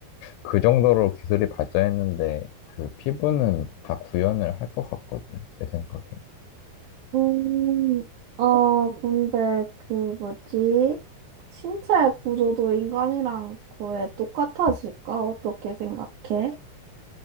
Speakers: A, on the left; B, on the right.
A: 그 정도로 기술이 발전했는데, 그 피부는 다 구현을 할 것 같거든, 내 생각에.
B: 음, 어, 근데 그 뭐지? 신체 구조도 인간이랑 거의 똑같아질까?
A: 음.
B: 어떻게 생각해?